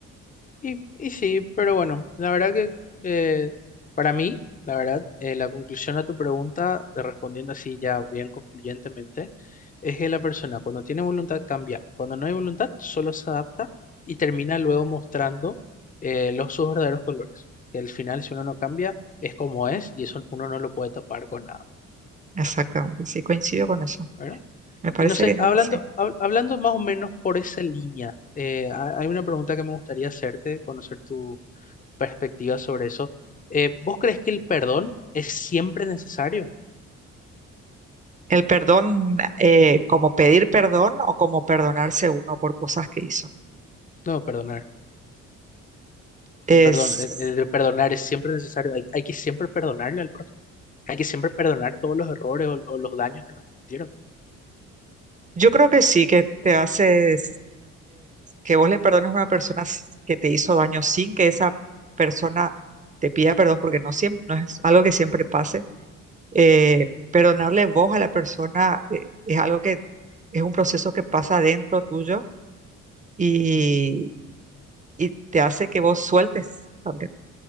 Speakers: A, on the left; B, on the right.
A: Y, y sí, pero bueno, la verdad que eh, para mí, la verdad, eh, la conclusión a tu pregunta, de respondiendo así ya bien concluyentemente, es que la persona cuando tiene voluntad cambia, cuando no hay voluntad solo se adapta y termina luego mostrando eh, los sus verdaderos colores. Y al final, si uno no cambia, es como es y eso uno no lo puede tapar con nada,
B: Exactamente, sí, coincido con eso.
A: ¿verdad?
B: Me parece
A: Y no sé,
B: que
A: hablando,
B: sí.
A: hab- hablando más o menos por esa línea, eh, ha- hay una pregunta que me gustaría hacerte, conocer perspectiva sobre eso. Eh, ¿vos crees que el perdón es siempre necesario?
B: El perdón, eh, como pedir perdón o como perdonarse uno por cosas que hizo.
A: No, perdonar.
B: Es,
A: El perdón, el, el perdonar es siempre necesario. Hay, hay que siempre perdonarle al prójimo. Hay que siempre perdonar todos los errores o, o los daños que nos hicieron.
B: yo creo que sí, que te hace, que vos le perdones a una persona s- que te hizo daño sin que esa persona te pida perdón, porque no siempre, no es algo que siempre pase eh, perdonarle vos a la persona eh, es algo que es un proceso que pasa dentro tuyo y,
A: Ujú.
B: y te hace que vos sueltes también.